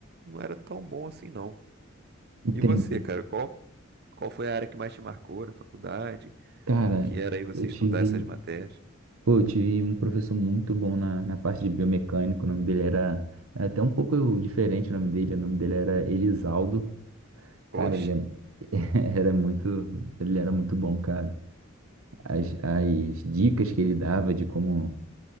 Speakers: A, on the right (about 50°); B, on the right (about 90°).
A: não era tão bom assim, não.
B: Entendi.
A: E você, cara, qual, qual foi a área que mais te marcou na faculdade?
B: Cara,
A: Como que era aí você
B: eu
A: estudar
B: tive,
A: essas matérias?
B: pô, eu tive um professor muito bom na, na parte de biomecânico. O nome dele era é até um pouco diferente o nome dele. O nome dele era Elisaldo. Cara,
A: Oxe,
B: ele é- <laughs> era muito, ele era muito bom, cara. As, as dicas que ele dava de como,